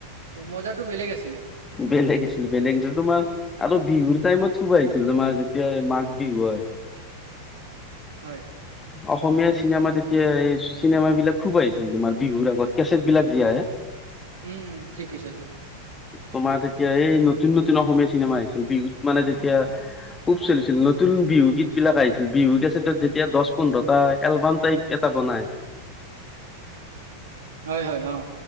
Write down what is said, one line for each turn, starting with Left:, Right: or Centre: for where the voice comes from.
Right: মজাতো বেলেগ আছিলে।
Left: বেলেগ আছিল বেলেগ আছিল তোমাৰ আৰু বিহুৰ টাইমত খুব আহিছিল তোমাৰ যেতিয়া মাঘ বিহু হয়
Right: হয়
Left: অসমীয়া চিনেমাত তেতিয়া এই চিনেমা বিলাক খুব আহিছিল তোমাৰ বিহুৰ আগত কেচেট বিলাক যে আহে।
Right: উম উম, ঠিক কৈছা তুমি।
Left: তোমাৰ তেতিয়া এই নতুন নতুন অসমীয়া চিনেমা আহিছিল বিহু ত মানে তেতিয়া খুব চলিছিল নতুন বিহুগীত বিলাক আহিছিল বিহু কেচেটত যেতিয়া দহ পোন্ধৰটা এলবাম টাইপ এটা বনাই।
Right: হয় হয় অঁ।